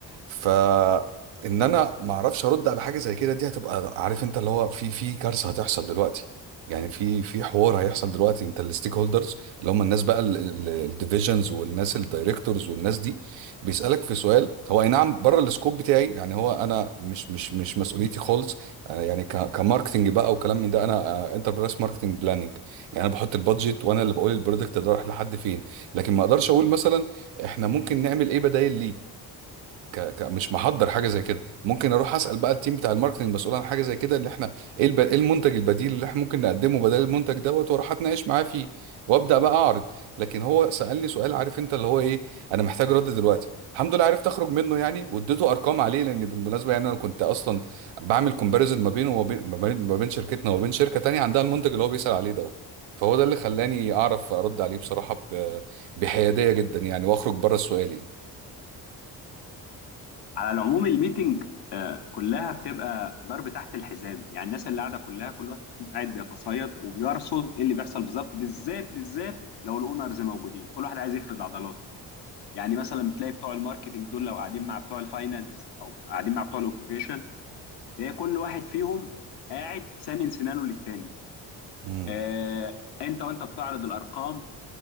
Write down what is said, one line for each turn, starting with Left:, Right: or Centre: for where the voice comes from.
Right: فان انا ما اعرفش ارد على حاجه زي كده دي هتبقى عارف انت اللي هو في في كارثه هتحصل دلوقتي يعني في في حوار هيحصل دلوقتي انت الستيك هولدرز اللي هم الناس بقى الديفيجنز والناس الدايركتورز والناس دي بيسالك في سؤال هو اي نعم بره السكوب بتاعي يعني هو انا مش مش مش مسؤوليتي خالص أنا يعني ك- كماركتنج بقى وكلام من ده انا انتربرايز ماركتنج بلاننج يعني انا بحط البادجت وانا اللي بقول البرودكت ده رايح لحد فين لكن ما اقدرش اقول مثلا احنا ممكن نعمل ايه بدايل ليه ك... ك... مش محضر حاجه زي كده ممكن اروح اسال بقى التيم بتاع الماركتنج المسؤول عن حاجه زي كده اللي احنا ايه الب... ايه المنتج البديل اللي احنا ممكن نقدمه بدل المنتج دوت واروح اتناقش معاه فيه وابدا بقى اعرض لكن هو سالني سؤال عارف انت اللي هو ايه انا محتاج رد دلوقتي الحمد لله عرفت اخرج منه يعني واديته ارقام عليه لان بالمناسبه يعني انا كنت اصلا بعمل كومباريزون ما بينه وما بين ما بين ما بين شركتنا وما بين شركه تانية عندها المنتج اللي هو بيسال عليه دوت فهو ده اللي خلاني اعرف ارد عليه بصراحه ب... بحياديه جدا يعني واخرج بره السؤال يعني
Left: على العموم الميتنج آه، كلها بتبقى ضرب تحت الحزام يعني الناس اللي قاعده كلها كل واحد فيهم قاعد بيتصيد وبيرصد ايه اللي بيحصل بالظبط بالذات بالذات لو الاونرز موجودين كل واحد عايز يفرض عضلاته يعني مثلا تلاقي بتوع الماركتنج دول لو قاعدين مع بتوع الفاينانس او قاعدين مع بتوع الاوبريشن تلاقي كل واحد فيهم قاعد سانن سنانه للتاني
Right: امم
Left: آه، انت وانت بتعرض الارقام